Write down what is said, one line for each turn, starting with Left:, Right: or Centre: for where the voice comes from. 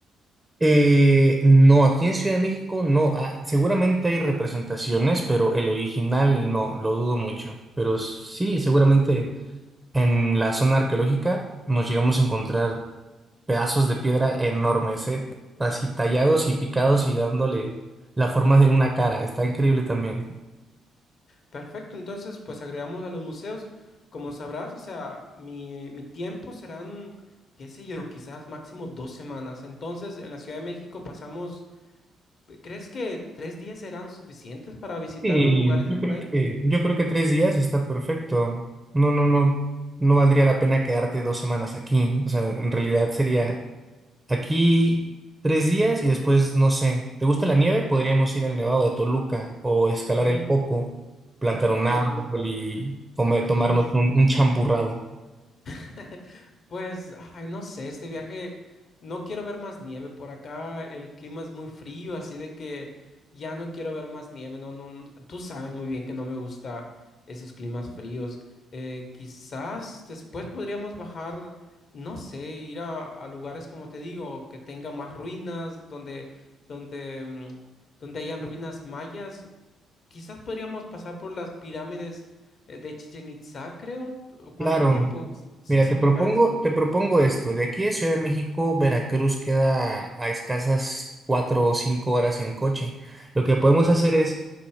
Right: Eh, no, aquí en Ciudad de México no. Ah, seguramente hay representaciones, pero el original no, lo dudo mucho. Pero sí, seguramente en la zona arqueológica nos llegamos a encontrar pedazos de piedra enormes, eh, así tallados y picados y dándole la forma de una cara. Está increíble también.
Left: Perfecto, entonces pues agregamos a los museos, como sabrás, o sea, mi, mi tiempo serán, qué sé yo, quizás máximo dos semanas. Entonces, en la Ciudad de México pasamos, ¿crees que tres días serán suficientes para visitar
Right: Y
Left: los lugares
Right: yo
Left: de por
Right: creo
Left: ahí?
Right: que, yo creo que tres días está perfecto. No, no, no, no valdría la pena quedarte dos semanas aquí. O sea, en realidad sería Aquí tres días y después, no sé, ¿te gusta la nieve? Podríamos ir al Nevado de Toluca o escalar
Left: Mm,
Right: el Popo, plantar un
Left: el,
Right: árbol y comer, tomarnos
Left: pues
Right: un, un champurrado.
Left: <laughs> Pues, ay, no sé, este viaje, no quiero ver más nieve por acá, el clima es muy frío, así de que ya no quiero ver más nieve, no, no, n- tú sabes muy bien que no me gusta esos climas fríos. Eh, quizás después podríamos bajar, no sé, ir a, a lugares como te digo, que tengan más ruinas, donde, donde, mm, donde hayan ruinas mayas, Quizás podríamos pasar por las pirámides eh, de Chichen Itzá, creo. ¿Cuánto
Right: Claro.
Left: tiempo? Sí,
Right: Mira,
Left: sí,
Right: te
Left: ¿te
Right: propongo,
Left: parece eso?
Right: te propongo esto. De aquí de Ciudad de México, Veracruz queda a escasas cuatro o cinco horas en coche. Lo que podemos hacer es